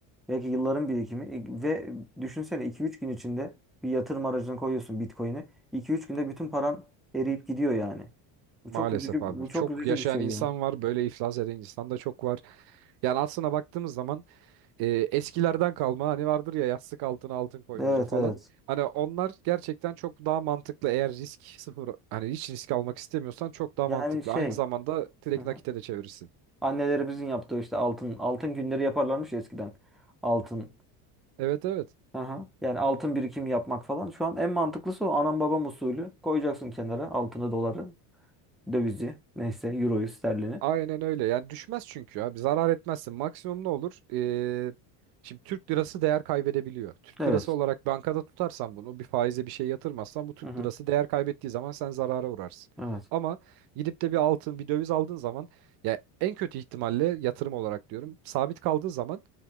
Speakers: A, in the centre; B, on the right (about 55°).
A: belki yılların birikimi. E, Ve düşünsene 2-3 gün içinde bir yatırım aracına koyuyorsun Bitcoin'i. 2-3 günde bütün paran eriyip gidiyor yani. Bu
B: maalesef
A: çok üzücü,
B: abi.
A: bu çok
B: Çok
A: üzücü
B: yaşayan
A: bir şey
B: insan
A: ya.
B: var, böyle iflas eden insan da çok var. Yani aslına baktığımız zaman e, eskilerden kalma hani vardır ya yastık altına altın koymaca
A: Evet
B: falan.
A: evet.
B: Hani onlar gerçekten çok daha mantıklı eğer risk sıfır hani hiç risk almak istemiyorsan çok daha
A: Yani
B: mantıklı.
A: şey,
B: Aynı zamanda direkt
A: hı hı.
B: nakite de çevirirsin.
A: annelerimizin yaptığı işte altın altın günleri yaparlarmış ya eskiden. Altın
B: Evet evet.
A: Aha. Yani altın birikimi yapmak falan. Şu an en mantıklısı o anam babam usulü. Koyacaksın kenara altını, doları, dövizi, neyse euroyu, sterlini.
B: Aynen öyle. Yani düşmez çünkü abi. Zarar etmezsin. Maksimum ne olur? Ee, şimdi Türk lirası değer kaybedebiliyor. Türk
A: Evet.
B: lirası olarak bankada tutarsan bunu bir faize bir şey yatırmazsan bu Türk
A: Hı hı.
B: lirası değer kaybettiği zaman sen zarara uğrarsın.
A: Evet.
B: Ama gidip de bir altın, bir döviz aldığın zaman ya en kötü ihtimalle yatırım olarak diyorum sabit kaldığı zaman